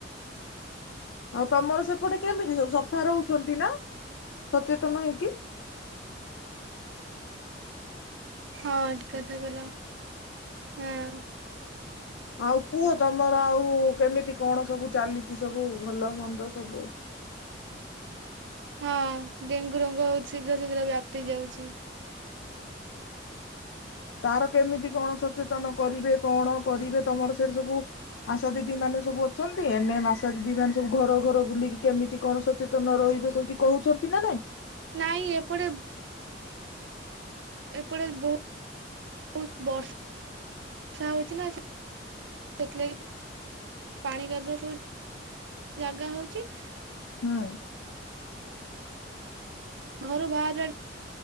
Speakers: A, on the left; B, on the right.
A: ଆଉ ତମର ସେପଟେ କେମିତି ସବୁ ସଫା ରହୁଚନ୍ତି ନା ସଚେତନ ହେଇକି?
B: <unintelligible> ହଁ କେତେ ଦେଲ? ହୁଁ।
A: ଆଉ କୁହ ତମର ଆଉ କେମିତି କଣ ସବୁ ଚାଲିଚି ସବୁ ଭଲ ମନ୍ଦ ସବୁ
B: <unintelligible> ହଁ ଡେଙ୍ଗୁ ରୋଗ ହେଉଛି ଶୀଘ୍ର ଶୀଘ୍ର ବ୍ୟାପି ଯାଉଛି।
A: ତାର କେମିତି କଣ ସଚେତନ କରିବେ କଣ କରିବେ ତମର ସେ ସବୁ ଆଶା ଦିଦି ମାନେ ସବୁ ଅଛନ୍ତି ଏନ ମାସ ଦିଦି ମାନେ ସବୁ ଘର ଘର ବୁଲିକି କେମିତି କଣ ସଚେତନ ରହିବେ ବୋଲି କହୁଛନ୍ତି? ଚନ୍ତି ନା ନାଇଁ।
B: ନାଇଁ ଏପଟେ ଏପଟେ ବୋ ହୁତ ବର୍ଷ ର୍ଷା ହୋଉଚି ନା ସେ ଥିଲାଗି ପା ପାଣି କାଦୁଅ ସବୁ ଜାଗା ହୋଉଚି।
A: ହୁଁ।
B: ଘରୁ ବାହାରାର୍